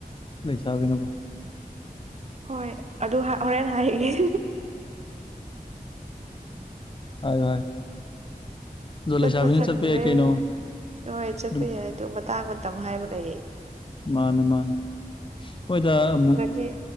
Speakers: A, on the left; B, on the right.
A: ꯂꯩꯁꯥꯕꯤꯅꯕꯣ
B: ꯍꯣꯏ ꯑꯗꯨ ꯍꯥ ꯍꯣꯔꯦꯟ ꯍꯥꯏꯒꯦ
A: ꯍꯥꯏꯌꯨ ꯍꯥꯏꯌꯨ ꯑꯗꯣ
B: ꯆꯠꯄ
A: ꯂꯩꯁꯥꯕꯤꯅ
B: ꯁꯪꯗ꯭ꯔꯦ
A: ꯌꯥꯏ ꯀꯩꯅꯣ
B: ꯍꯣꯏ ꯆꯠꯄ
A: ꯑꯗꯨꯝ
B: ꯌꯥꯏ ꯑꯗꯨ ꯃꯇꯥꯡ ꯃꯇꯝ ꯍꯥꯏꯕ ꯂꯩꯌꯦ
A: ꯃꯥꯅꯤ ꯃꯥꯅꯤ ꯍꯣꯏꯗ ꯑꯃꯨꯛ
B: ꯗꯤ